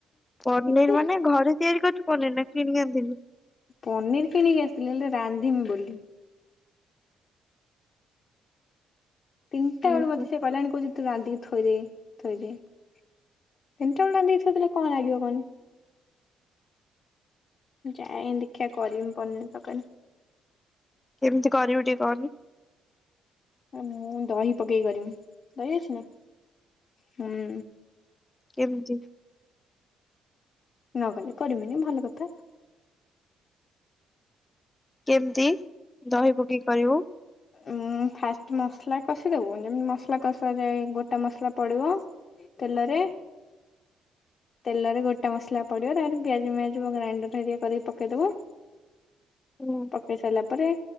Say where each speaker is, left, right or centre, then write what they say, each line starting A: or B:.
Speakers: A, on the left (about 20°); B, on the left (about 50°).
A: ପନିର
B: ଏତେ
A: ମାନେ ଘରେ ତିଆରି କରିୁଛୁ ପନିର ନା କିଣିିକି ଆଣିଥିଲୁ?
B: ପନିର କିଣିକି ଆସିିଥିଲି ହେଲେ ରାନ୍ଧିବି ବୋଲି। ତିନିଟା ବଳୁ
A: ଓହୋ
B: ମତେ ସିଏ କହିଲାଣି କହୁଛି ତୁ ରାନ୍ଧିକି ଥୋଇଦେ। ଥୋଇଦେ। ତିନିଟା ବେଳୁ ରନ୍ଧିକି ଥୋଇଦେଲେ କଣ ଲାଗିବ କହନି? ଯାଏ ଦେଖିବା କରିବି ପନିର ତରକାରୀ।
A: କେମିତି କରିବୁ ଟିକେ କହନି?
B: ମୁଁ ଦହି ପକେଇକି କରିମି ଦହି ଅଛି ନା? ହୁଁ।
A: କେମିତି
B: ନ ଗଲେ କରିବିନି ଭଲ କଥା।
A: କେମିତି ଦହିି ପକେଇ କରିବୁ?
B: ଉଁ ଫାଷ୍ଟ ମସଲା କଷିଦେବୁ, ଯେମିତି ମସଲା କଷାଯାଏ ଗୋଟା ମସଲା ପଡ଼ିବ। ତେଲରେ- ତେଲରେ ଗୋଟେ ମସଲା ପଡ଼ିବ, ତାପରେ ପିଆଜ ମିିଆଜ <inaudible> ଗ୍ରାଇଣ୍ଡର ହେରିଆ କରିକି ପକେଇଦବୁ।
A: ହୁଁ।
B: ପକେଇ ସାରିଲା ପରେ